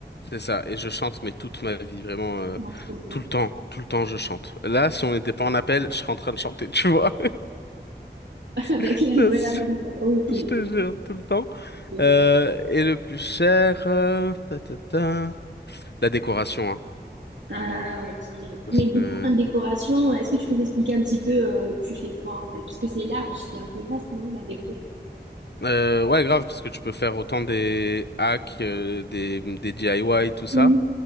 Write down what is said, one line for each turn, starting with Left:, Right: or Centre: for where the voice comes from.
Left: c'est ça. Et je chante, mais toute ma vie, vraiment, euh,
Right: non, trop bon.
Left: tout le temps, tout le temps je chante. Là, si on n'était pas en appel, je serais en train de chanter, tu vois.
Right: <laughs> Avec
Left: <laughs>
Right: la
Left: Ça,
Right: jouée,
Left: c'est-
Right: la même humeur. Ok.
Left: Je te jure, tout le temps.
Right: ok.
Left: Euh, et le plus cher, euh, ta, ta, ta. La décoration, hein.
Right: Ah, ok.
Left: Parce
Right: Mais du
Left: que-
Right: coup, en décoration, est-ce que tu peux m'expliquer un petit peu, euh, tu fais quoi en fait? Parce que c'est large, c'est un peu vaste, non, la déco?
Left: Euh, ouais, grave, parce que tu peux faire autant des hacks, euh, des, des DIY, tout ça,
Right: Oui.